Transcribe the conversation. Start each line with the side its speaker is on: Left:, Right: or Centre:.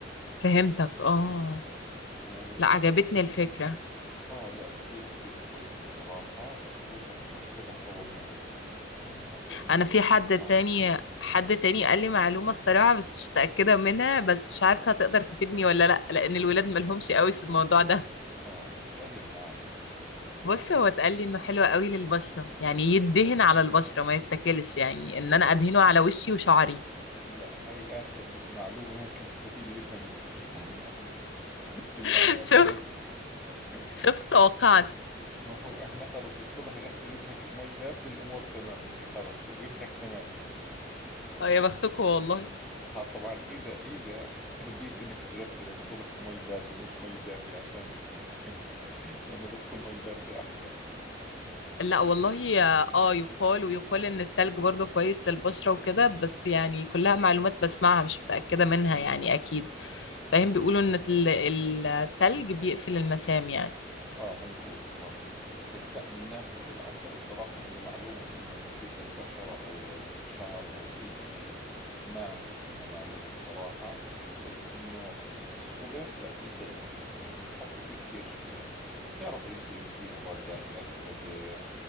Left: فهمتك آه
Centre: وطبعا
Left: لا عجبتني الفكرة
Centre: آه لا كثير كثير كويسة بصراحة وخصوصا إنه الصبح أول ما تصحي يعني حتى إنه
Left: أنا في حد
Centre: آه
Left: تاني حد تاني قال لي معلومة الصراحة بس مش متأكدة منها بس مش عارفة هتقدر تفيدني ولا لأ لأن الولاد مالهمش قوي في الموضوع ده
Centre: اه اسأليني عادي
Left: <laughs> بص هو اتقال لي إنه حلو قوي للبشرة يعني يدهن على البشرة ما يتاكلش يعني إن أنا أدهنه على وشي وشعري
Centre: لا هاي آخر معلومة ممكن تستفيدي منها مني <laughs> يعني احنا المعلومات
Left: <laughs> شفت
Centre: هاي ما بدهن
Left: شفت
Centre: <laughs>
Left: توقعت
Centre: ما هو احنا خلص الصبح غسل وجهك بمي باردة الأمور تمام يعني خلص وجهك تمام هيك
Left: اه يا بختكم والله
Centre: اه طبعا إذا إذا رضيت إنك تغسل الصبح بمي باردة مش مي دافية عشان <laughs> لأنه بيحكوا المي الباردة أحسن
Left: لا والله اه يقال ويقال ان التلج برضه كويس للبشرة وكده بس يعني كلها معلومات بسمعها مش متأكدة منها
Centre: بالضبط
Left: يعني اكيد فاهم بيقولوا ان ال- ال- التلج بيقفل المسام يعني
Centre: اه مزبوط صح بس لا من ناحية العسل بصراحة انه معلومة انه مفيد للبشرة او للشعر او اي اشي ما عندي فيها معلومة بصراحة بس انه الصبح لا جدا مفيد يعني حتى في كثير شغلات بتعرفي انت انه في مضادات اكسدة